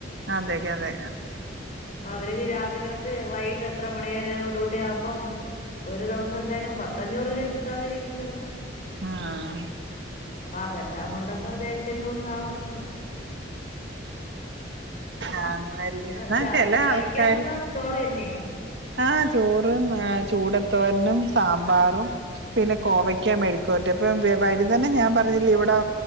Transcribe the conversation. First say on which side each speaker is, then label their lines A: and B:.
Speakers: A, on the right (about 65°); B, on the left (about 40°).
A: അതെക്കെ അതെ
B: അപ്പൊ അവർക്ക് രാവിലെതൊട്ട് വൈകിട്ട് എത്ര മണിയരെ ഡൂട്ടി ആകുമ്പം ഒരു ദിവസം എന്തായാലും പത്തഞ്ഞൂറ് രൂപ കിട്ടാതതി ഇരിക്കലല്ലോ
A: ആഹ്
B: അപ്പൊ അതെല്ലാം കൊണ്ടൊക്കെ ദേഷ്യങ്ങളും കാണും
A: ആഹ് രിക്കും
B: പിന്നെ
A: എന്നാ
B: രാ
A: ചെല
B: കഴിക്കാൻ
A: ആൾക്കാര്
B: എന്താന്ന് ചോറ് തന്നെ
A: ആഹ് ചോറും ആ ചൂടത്തോരനും സാമ്പാറും പിന്നെ കോവയ്ക്കാൻ മെഴുക്കുപേരട്ടി അപ്പൊ വ ഴുതന ഞാൻ പറഞ്ഞില്ലേ ഇവിടെ